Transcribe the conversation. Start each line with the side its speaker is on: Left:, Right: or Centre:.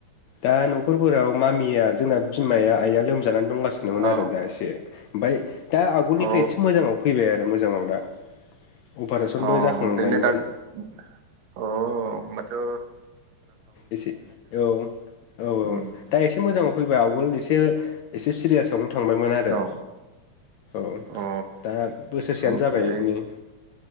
Left: दा न'खरफोराव मामिया जोंना बिमाया आइआ लोमजानानै दंगासिनोमोन
Right: औ
Left: आरो दा एसे। बाय दा आगोलनिफ्राय
Right: अ
Left: एसे मोजाङाव फैबाय आरो मोजाङाव दा। अपारेसनबो
Right: अ ओरैनो
Left: जाखांबायमोन
Right: दा अ होमबाथ'
Left: एसे औ औ औ
Right: उम
Left: दा एसे मोजाङाव फैबाय आवगोल एसे एसे सिरियासआवनो थांबायमोन आरो
Right: औ
Left: औ
Right: अ
Left: दा बोसोरसेयानो
Right: ओमफ्राय
Left: जाबाय नै